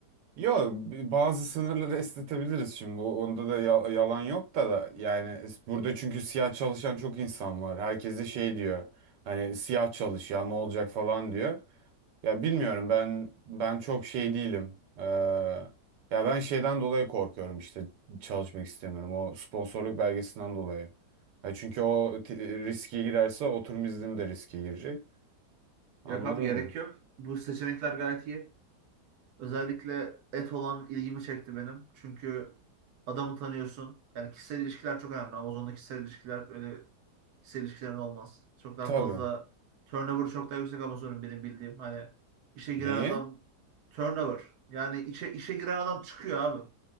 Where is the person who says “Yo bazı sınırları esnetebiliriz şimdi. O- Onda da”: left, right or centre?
Right